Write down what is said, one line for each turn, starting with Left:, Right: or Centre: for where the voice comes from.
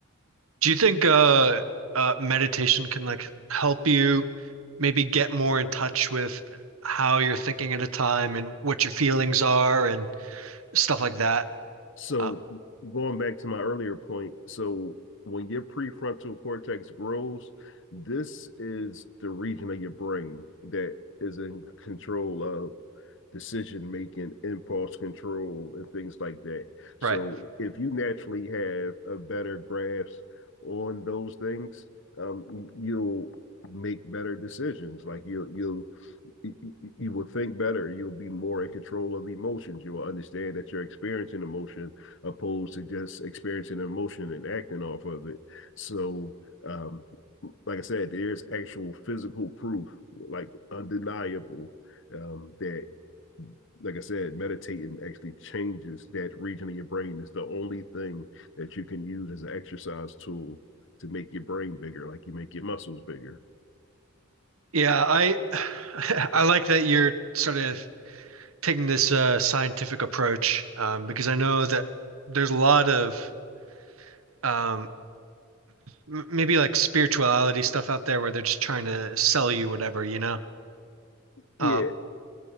Right: Do you think uh, uh, meditation can like help you maybe get more in touch with how you're thinking at a time and what your feelings are and stuff like that?
Left: So
Right: Um,
Left: going back to my earlier point, so when your prefrontal cortex grows, this is the region of your brain that is in control of decision making, impulse control, and things like that. So
Right: right.
Left: if you naturally have a better grasp on those things, um, you'll make better decisions. Like you'll you'll you will think better. You'll be more in control of emotions. You will understand that you're experiencing emotion opposed to just experiencing emotion and acting off of it. So, um, like I said, there's actual physical proof, like undeniable, um, that, like I said, meditating actually changes that region of your brain. It's the only thing that you can use as an exercise tool to make your brain bigger, like you make your muscles bigger.
Right: Yeah, I <sighs> <laughs> I like that you're sort of taking this uh, scientific approach um, because I know that there's a lot of um, m- maybe like spirituality stuff out there where they're just trying to sell you whatever, you know?
Left: Yeah,
Right: Um,